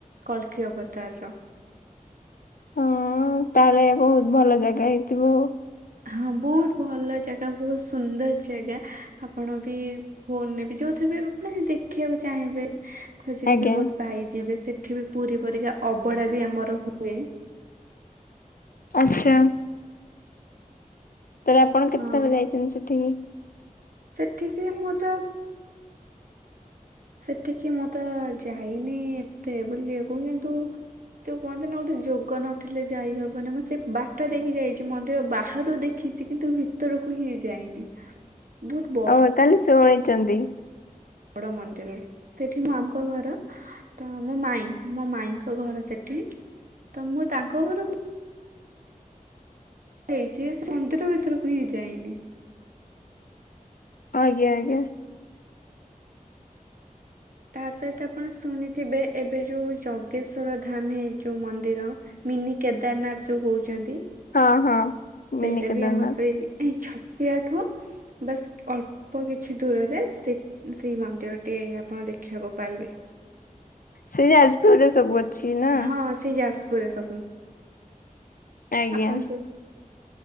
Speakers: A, on the right (about 70°); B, on the left (about 80°).
A: କଳ୍କୀ ଅବତାର୍ ର।
B: ହଁ- ତାହେଲେ ବହୁତ୍ ଭଲ ଜାଗା ହେଇଥିବ ଆଉ।
A: ହଁ ବହୁତ୍ ଭଲ ଜାଗା ବହୁତ୍ ସୁନ୍ଦର ଜାଗା ଆପଣ ବି ଫୋନ୍ ରେ ବି ଯଉଥିରେ ବି ମାନେ ଦେଖିବାକୁ ଚାହିଁବେ ଖୋଜିଲେ
B: ଆଜ୍ଞା
A: ବି ବହୁତ ପାଇଯିବେ ସେଠି ବି ପୁରୀ ପରିକା ଅବଡା ବି ଆମର ହୁଏ।
B: ଆଛା। ତାହେଲେ ଆପଣ କେତେଥର
A: ହଁ
B: ଯାଇଚନ୍ତି ସେଠିକି?
A: ସେଠିକି ମୁଁ ତ ସେଠିକି ମୁଁ ତ ଯାଇନି ଏତେ ବୁଲିବାକୁ କିନ୍ତୁ ଯଉ କୁହନ୍ତିନି ଗୋଟେ ଯୋଗ ନଥିଲେ ଯାଇହବନି ମୁଁ ସେ ବାଟ ଦେଖି ଯାଇଚି ମନ୍ଦିର ବାହାରୁ ଦେଖିଚି କିନ୍ତୁ ଭିତରକୁ ହିଁ ଯାଇନି ବହୁତ୍ ବ
B: ଓ- ତାହେଲେ ଶୁଣିଚନ୍ତି।
A: ବଡ ମନ୍ଦିରରେ ସେଠି ମୋ ମାମୁଁଙ୍କ ଘର ତ ମୋ ମାଇଁ ମୋ ମାଇଁଙ୍କ ଘର ସେଠି ତ ମୁଁ ତାଙ୍କ ଘରୁକୁ <unintelligible> ମନ୍ଦିର ଭିତରକୁ ହିଁ ଯାଇନି।
B: ଆଜ୍ଞା -ଆଜ୍ଞା।
A: ତା ସହିତ ଆପଣ ଶୁଣିଥିବେ ଏବେ ଯଉ ଜଗେଶ୍ଵର ଧାମୀ ଯଉ ମନ୍ଦିର ମିନି କେଦାରନାଥ୍ ଯଉ କହୁଚନ୍ତି।
B: ହଁ- ହଁ।
A: ସେଇଟା
B: ମିନି କେଦାରନାଥ
A: ବି ଆମର ସେଇ ଏଇ ଛତୀଆ ଠୁ ବାସ୍ ଅଳ୍ପ୍ ଅଳ୍ପ କିଛି ଦୂରରେ ସେ-ସେଇ ମନ୍ଦିରଟି ଆପଣ ଦେଖିବାକୁ ପାଇବେ।
B: ସେଇ ଯାଜପୁରରେ ସବୁ ଅଛି? ନା?
A: ହଁ ସେଇ ଯାଜପୁରରେ ସବୁ।
B: ଆଜ୍ଞା।
A: ଆପଣ ଯଦି